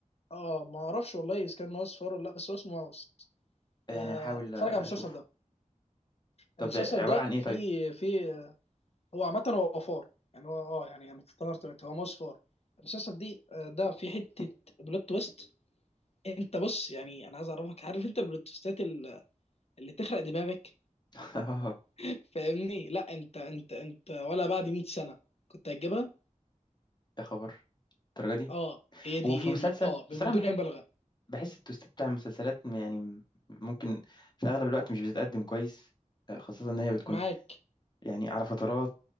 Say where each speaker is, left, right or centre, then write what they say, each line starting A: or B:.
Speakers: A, on the left; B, on the left.
A: آه، ما اعرفش والله اذا كان ماوس فار ولا لا بس هو اسمه ماوس
B: يعني
A: آه
B: هحاول
A: اتفرج
B: اشوفه
A: على المسلسل ده
B: طب
A: المسلسل
B: عبارة
A: ده
B: عن ايه
A: فيه
B: طيب
A: فيه هو عامه هو فار يعني هو اه يعني انا افتكرت دلوقتي، هو ماوس فار المسلسل دي آه، ده في حته بلوت تويست انت بص يعني انا عايز اعرفك عارف انت البلوتوستات ال- اللي تخرق دماغك
B: <laughs>
A: <laughs> فاهمني لا انت انت انت ولا بعد 100 سنه كنت هتجيبها
B: يا خبر الدرجة دي
A: اه هي دي
B: وفي
A: هي
B: مسلسل
A: دي اه بدون
B: بصراحة بحب
A: اي مبالغه
B: بحس التوست بتاع المسلسلات م- يعني م- ممكن في اغلب الوقت مش بتتقدم كويس آه، خاصة ان هي بتكون
A: معاك
B: يعني على فترات